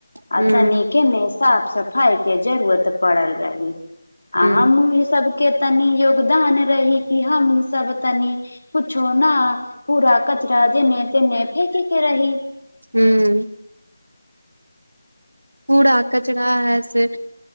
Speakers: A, on the right (about 80°); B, on the left (about 75°).
A: ह
B: आ तनिके ने साफ सफाई के जरूरत पड़ल रही आ
A: ह
B: हमहुँ ई सब के तनी योगदान रही क हम सब तनी कुछो न पूरा कर राजे ने ते ने फेेक के रहि
A: ह कूड़ा कचरा है से